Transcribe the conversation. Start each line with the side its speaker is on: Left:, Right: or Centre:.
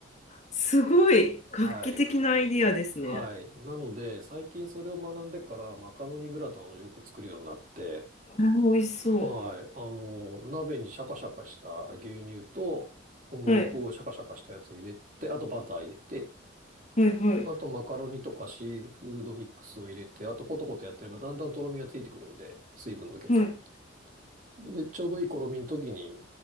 Left: すごい画期的なアイディアですね。
Right: はい。はい。なので、最近それを学んでから、マカロニグラタンをよく作るようになって、
Left: あー、美味しそ
Right: はい。あの、鍋にシャカシャカした牛乳と、小麦粉をシャカシャカしたやつを入れて、
Left: う。はい。
Right: あとバター入れて、
Left: はいはい。
Right: あと、マカロニとかシーフードミックスを入れて、あと、コトコトやってれば、だんだんとろみがついてくるんで、水分抜けて。
Left: はい。
Right: で、ちょうどいいとろみの時に、